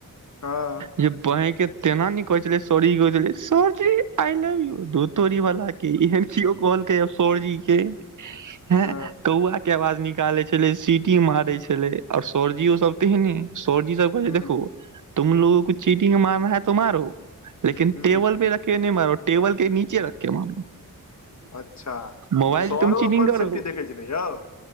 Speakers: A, on the left; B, on the right.
A: हँ
B: जे बाँहिके तेना नहि कहैत छलै sorry <unintelligible> sir ji I love you धुर तोरी वालाके, एहेन केओ कहलकै सॉरी के? हें?
A: हँ
B: कौआके आवाज निकालैत छलै सी टी मारैत छलै आओर सरजी सभ तेहने, सरजी सभ कहैत
A: ह
B: छै देखू तुम लोगों को चीटिंग मारना है तो मारो, लेकिन
A: ह
B: टेबल पे रख के नही मारो। टेबल के नीचे रखके मारो।
A: अच्छा
B: मोबाइल
A: सरो
B: तुम चीटिंग
A: अपन
B: करो।
A: सेफ्टी देखै छै ने यौ